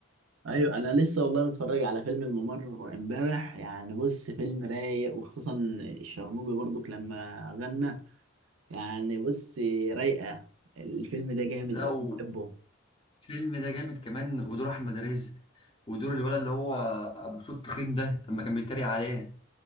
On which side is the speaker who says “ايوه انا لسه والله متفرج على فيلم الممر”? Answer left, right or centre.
Right